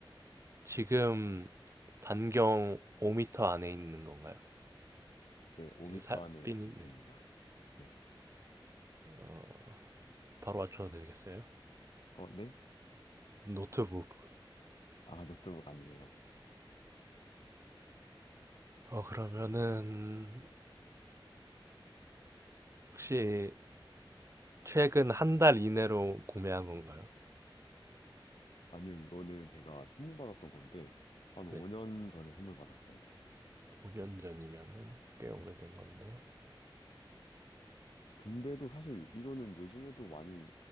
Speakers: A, on the right; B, on the left.
A: 지금 반경 5m 안에 있는 건가요?
B: 네, 5m
A: 이게 사,
B: 안에
A: 삐님,
B: 있습니다.
A: 네.
B: 네.
A: 어, 바로 맞춰도 되겠어요?
B: 어, 네.
A: 노트북.
B: 아, 노트북 아니에요.
A: 어, 그러면은, 혹시 최근 한 달 이내로 구매한 건가요?
B: 아니요, 이거는 제가 선물 받았던 건데, 한 5년
A: 네.
B: 전에 선물 받았어요.
A: 5년 전이면은 꽤 오래된
B: 네.
A: 건데.
B: 근데도 사실 이거는 요즘에도 많이